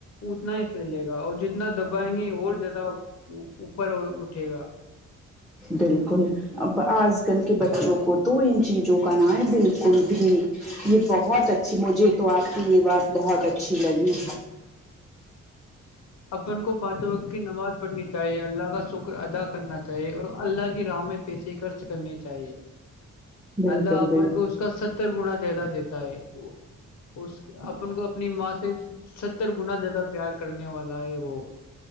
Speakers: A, on the left; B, in the centre.
A: اتنا ہی پھیلے گا اور جت اتنا دبائیں گے اور زیادہ اوپر اٹھے گا
B: بالکل اب آج کل کے بچوں کو تو ان چیزوں کا نام ہے بالکل بھی یہ بہت اچھی مجھے تو آپ کی یہ بات بہت اچھی لگی
A: اپن کو پانچوں وقت کی نماز پڑھنی چاہیے اللہ کا شکر ادا کرنا چاہیے اور اللہ کی راہ میں پیسے خرچ کرنے چاہیے
B: بالکل
A: اللہ آپن
B: بالکل
A: کو اس کا ستر گنا زیادہ دیتا ہے اس اپن کو اپنی ماں سے ستر گنا زیادہ پیار کرنے والا لائی وہ